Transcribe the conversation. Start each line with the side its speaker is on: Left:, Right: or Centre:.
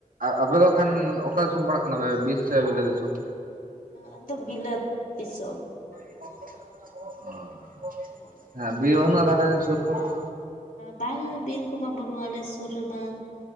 Right: ᱟᱯᱮ ᱫᱚ ᱦᱟᱜ ᱠᱷᱟᱱ ᱚᱠᱟ ᱫᱤᱥᱚᱢ ᱯᱟᱲᱟᱜ ᱠᱟᱱᱟᱮ ᱵᱤᱥ ᱥᱮ ᱵᱞ ᱫᱤᱥᱚᱢ
Left: ᱟᱫᱚ ᱵᱤᱞᱟᱹᱛ ᱫᱤᱥᱚᱢ᱾
Right: <unintelligible>
Left: <inaudible>
Right: ᱦᱮᱸ ᱵᱤᱨ ᱵᱟᱹᱱᱩᱜᱼᱟ ᱛᱟᱦᱚᱞᱮ ᱥᱩᱨ ᱠᱚᱨᱮ?
Left: ᱵᱟᱝ ᱵᱤᱨ ᱠᱚᱢᱟ ᱵᱟᱹᱱᱩᱜᱼᱟ ᱟᱞᱮ ᱥᱩᱨ ᱨᱮᱢᱟ᱾